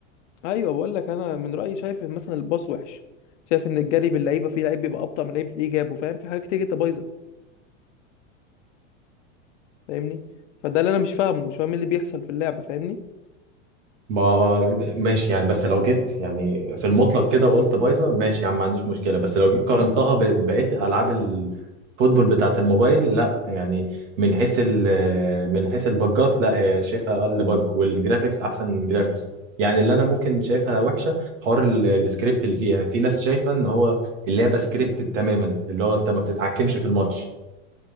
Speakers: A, on the left; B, on the right.
A: ايوه بقول لك انا من رايي شايف ان مثلا الباص وحش شايف ان الجري باللعيبه فيه لعيب بيبقى ابطا من لعيب اللي جابه فاهم في حاجات كتير جدا بايظه فاهمني فده اللي انا مش فاهمه مش فاهم إيه اللي بيحصل في اللعبه فاهمني
B: ما ماشي يعني بس لو جيت يعني في المطلق كده وقلت بايظه ماشي يا عم ما عنديش مشكله بس لو جيت قارنتها ببقيه العاب الفوتبول بتاعه الموبايل لا يعني من حيث ال- من حيث البجات لا هي شايفها اقل بج والجرافيكس احسن جرافيكس يعني اللي انا ممكن شايفها وحشه حوار ال- السكريبت اللي فيها في ناس شايفه ان هو اللعبه سكريبتد تماما اللي هو انت ما بتتحكمش في الماتش